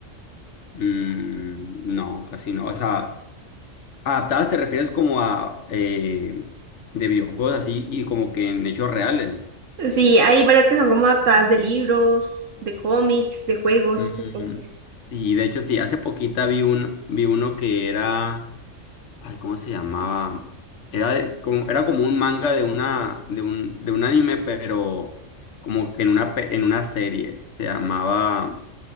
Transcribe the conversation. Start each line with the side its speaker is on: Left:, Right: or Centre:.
Left: Mm, no, casi no. O sea, adaptadas te refieres como a eh, de videojuegos así y como que en hechos reales.
Right: Sí, hay varias que son como adaptadas de libros, de cómics, de juegos,
Left: Mm,
Right: entonces.
Left: y de hecho, sí, hace poquita vi un, vi uno que era. Ay, ¿cómo se llamaba? Era, de- como, era como un manga de una, de un, de un anime, pero como que en una, pe- en una serie. Se llamaba.